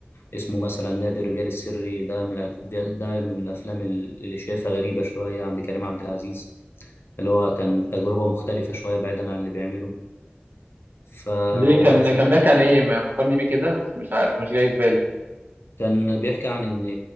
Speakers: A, on the left; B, on the right.
A: اسمه مثلا نادي الرجال السري ده من الف... ده ده من الأفلام اللي شايفها غريبة شوية عند كريم عبد العزيز اللي هو كان تجربة مختلفة شوية بعيدا عن اللي بيعمله فالفيلم
B: ليه كان كان بيحكي عن إيه ما فكرني بيه كده مش مش عارف مش جاي في بالي
A: كان بيحكي عن ان